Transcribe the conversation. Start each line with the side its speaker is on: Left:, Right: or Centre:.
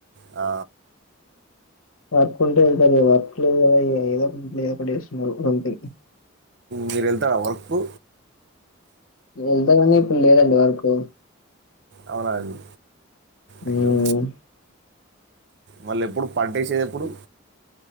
Right: ఆ
Left: వర్క్ ఉంటే ఏళ్తరు వర్క్ లేదు కదా ఏదో ఒకటిదో ఒకటి వస్తున్నారు ఒకంత
Right: మీరు వెళ్తరా వర్కు
Left: వెళ్దాగానీ ఇప్పుడు లేదండి వర్కు
Right: అవునండి అయ్యో
Left: మ్మ్
Right: మళ్ళీ ఎప్పుడు పంటేసేదేప్పుడు